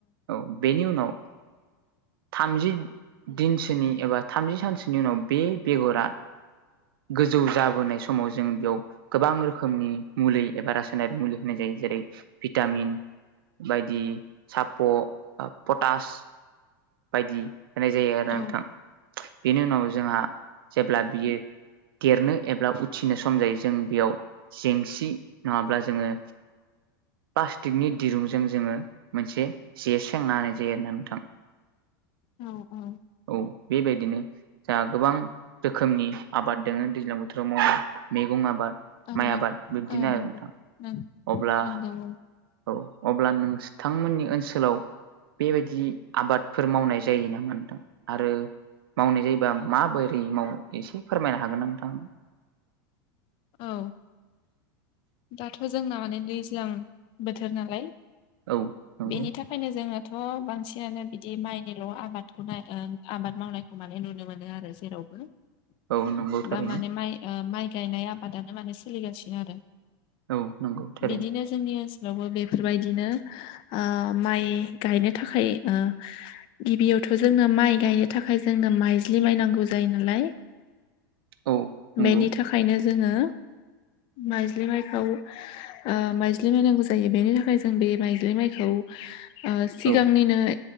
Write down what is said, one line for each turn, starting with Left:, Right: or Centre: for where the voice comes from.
Right: औ बेनि उनाव थामजि दिनसोनि एबा थामजि सानसोनि उनाव बे बेगरा गोजौ जाबोनाय समाव जों बेयाव गोबां रोखोमनि मुलि एबा रासायनारि मुलि होनाय जायो जेरै भिटामिन बायदि साप' पटास बायदि होनाय जायो आरो
Left: औ
Right: नोंथां बेनि उनाव जोंहा जेब्ला बियो देरनो एबा उथ्रिनो सम जायो जों बेयाव जेंसि नङाब्ला जोङो प्लास्टिकनि दिरुंजों जोङो मोनसे जे सेेंनाहोनाय जायो आरोना नोंथां।
Left: औ औ।
Right: औ बेबायदिनो जा गोबां रोखोमनि आबाद दोङो दैज्लां बोथोराव मावनाय मैगं आबाद
Left: नों
Right: माइ आबाद बिब्दिनो
Left: औ नंगौ
Right: आरो नोंथाङा।
Left: नों
Right: अब्ला
Left: नंगौ औ
Right: औ अब्ला नोंस्थांमोननि ओनसोलाव बेबायदि आबादफोर मावनाय जायो नामा नोंथां? आरो मावनाय जायोबा माबोरै मावो एसे फोरमायनो हागोनना नोंथां?
Left: औ। दाथ' जोंना माने दैज्लां बोथोर नालाय
Right: औ। नंगौ
Left: बेनि थाखायनो जोङोथ' बांसिनानो बिदि माइनिल' आबादखौनाय ओ आबाद मावनाय खौ माने नुनो मोनो आरो जेरावबो।
Right: औ नंगौ थारैनो
Left: दा माने माइ ओ माइ गायनाय आबादानो माने सोलिगासिनो आरो।
Right: औ नंगौ थारैनो।
Left: बिदिनो जोंनि ओनसोलावबो बेफोरबायदिनो ओ माइ गायनो थाखाय ओ गिबियावथ' जोंनो माइ गायनो थाखाय जोंनो माइज्लि माइ नांगौ जायो नालाय।
Right: औ नंगौ
Left: बेनि थाखायनो जोङो माइज्लि माइखौ ओ‌ माइज्लि माइ नांगौ जायो। बेनि थाखाय जों बे माइज्लि माइ औ ओ सिगांनिनो
Right: औ